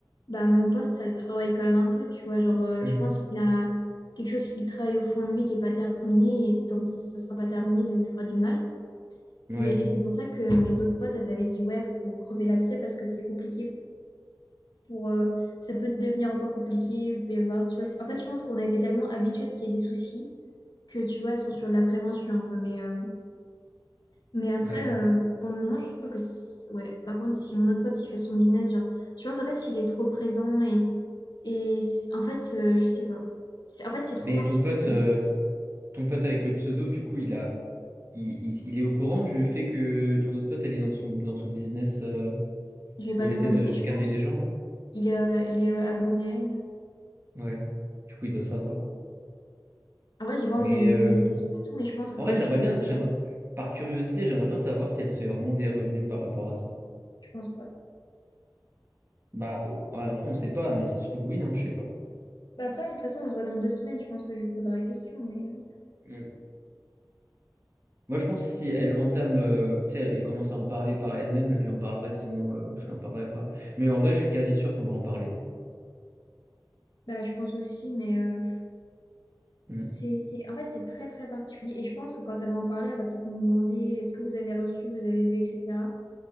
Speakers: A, on the left (about 65°); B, on the right (about 35°).
A: bah, mon pote, ça le travaille quand même un peu, tu vois. Genre, euh,
B: Mhm.
A: je pense qu'il a quelque chose qu'il travaille au fond de lui qui est pas terminé, et tant que ça sera pas terminé, ça lui fera du mal.
B: Ouais,
A: Mais et c'est pour ça que mes autres potes, elles avaient dit, ouais, faut crever l'abcès parce que c'est compliqué pour... euh, ça peut devenir encore compliqué, vous pouvez voir, tu vois. c'est- En fait, je pense qu'on a été tellement habitués à ce qu'il y ait des soucis que, tu vois, elles sont sur de la prévention un peu. Mais, euh, mais après,
B: ouais.
A: euh, pour le moment, je trouve que... c'est- Ouais, par contre, si mon autre pote, il fait son business, genre, je pense, en fait, s'il est trop présent et... Et c- en fait, euh, je sais pas. C'est- En fait, c'est trop
B: Mais
A: particulier
B: ton pote...
A: comme
B: euh,
A: si
B: Ton pote avec le pseudo, du coup, il a, il, il- il est au courant du fait que ton autre pote, elle est dans son, dans son business euh,
A: Je vais
B: où
A: pas
B: elle
A: demander,
B: essaie de
A: mais
B: scammer
A: je pense.
B: des gens, là?
A: Il est, euh, il est abonné à elle.
B: Ouais. Du coup, il doit savoir.
A: En vrai, j'ai pas
B: Mais
A: envie d'aller
B: euh,
A: lui poser des questions et tout, mais je pense que
B: en
A: quand
B: vrai, j'aimerais
A: il vient me
B: bien,
A: confier,
B: j'aimerais, par curiosité, j'aimerais bien savoir si elle se fait vraiment des revenus par rapport à ça.
A: je pense pas.
B: Bah, euh, ouais, après, on sait pas, mais ça se trouve, oui, hein, je sais pas.
A: Bah après, de toute façon, on se voit dans deux semaines, je pense que je lui poserai la question, mais euh,
B: Mm. Moi, je pense que si elle entame, euh, tu sais, elle, elle commence à en parler par elle-même, je lui en parlerai, sinon, euh, je lui en parlerai pas. Mais en vrai, je suis quasi sûr qu'on va en parler. hein.
A: bah je pense aussi, mais euh,
B: Mm,
A: c'est, c'est, en fait, c'est très très particulier. Et je pense que quand elle va en parler, elle va peut-être nous demander est-ce que vous avez reçu, vous avez vu, etc.